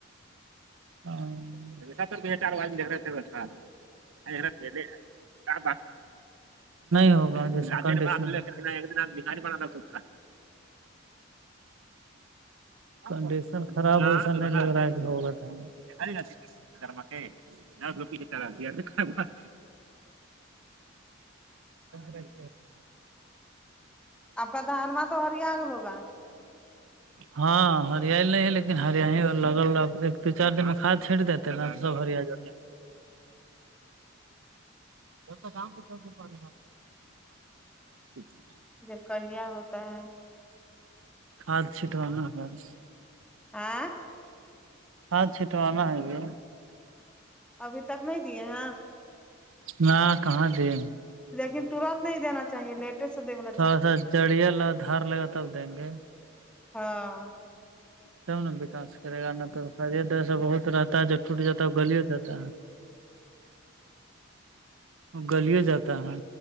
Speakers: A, on the right; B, in the centre.
A: ہاں دو چار بار رہا تھ تھا ہے ہوا بہاری با سا کنڈیشن خراب ہوسا نہیں لگ رہا ہے کہ ہوگا تھا خاری گھر کہ لس روپی چ خرابات اچاچ
B: آپ کا دانوا تو ہریاان ہوگا
A: ہاں ہریال نہیں ہے لیکن ہریا ہی لگ دو چار دن میں کھاد چھینٹ دیتے نا سب ہریا ج سم چک پانی ج <unintelligible>
B: جب کہہیا ہوتا ہے
A: کاد چھیٹونا ہےال
B: آ <unintelligible>
A: ہاں چھی تو آنا ہے بھی
B: ابھی تک نہیں دیے ہیں
A: نہ کہاں دے
B: لیکن ترت نہیں دینا چاہیے میٹ س وال <unintelligible>
A: تھوڑا سا جڑیا لگا دھار لگا تب دیں گے
B: ہاں
A: تب نا وکس کرے گا نہ تو خریت ایسا بہت رہتا ہے جو ٹوٹ جا ہے گلی ہو جاتا وہ گلیوں جاتا ہے